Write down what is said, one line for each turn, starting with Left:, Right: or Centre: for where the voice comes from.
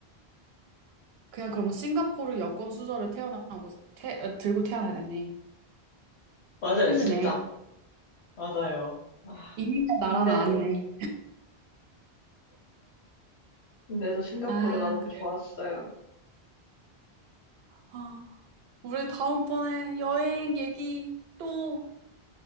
Right: 그냥 그러면 싱가포르 여권 수저를 태어나고 태, 어, 들고 태어나야겠네.
Left: 맞아요,
Right: 힘드네.
Left: 진짜. 맞아요. 아,
Right: 이민자 나라는
Left: 근데도,
Right: 아니네.
Left: 근데도 싱가포르가
Right: 아,
Left: 너무
Right: 그래.
Left: 좋았어요.
Right: 아, 우리 다음번에 여행 얘기 또,